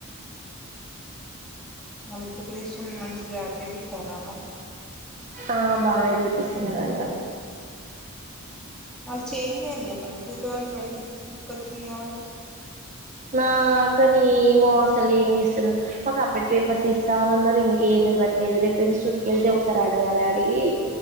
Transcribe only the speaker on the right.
ఆ బాగానే చేపిస్తున్నారు అంట
నా కాని ఏమో అసలు ఏం చేస్తున్నా మాకు అపడేట్ పేపర్స్ ఇస్తా అని అన్నారు ఇంకేమి ఇవ్వట్లేదు రేపు ఇన్స్టిట్యూట్కి వెళ్తే ఒకసారి అడగాలి అడిగి